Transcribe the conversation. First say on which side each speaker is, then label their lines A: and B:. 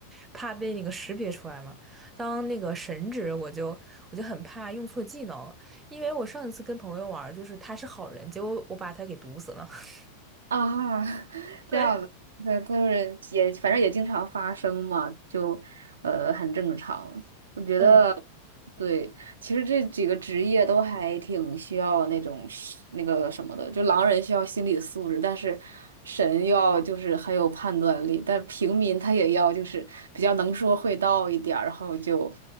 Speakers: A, on the right; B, on the right.
A: 怕被那个识别出来嘛。当那个神职，我就我就很怕用错技能，因为我上一次跟朋友玩儿就是他是好人，结果我把他给毒死了。<laughs>
B: 啊，<laughs> 这样子，
A: 对，
B: 对，就是也反正也经常发生嘛，就呃很正常。我觉得，
A: 嗯，
B: 对，其实这几个职业都还挺需要那种是那个什么的，就狼人需要心理素质，但是神要就是很有判断力，但平民他也要就是比较能说会道一点儿，然后就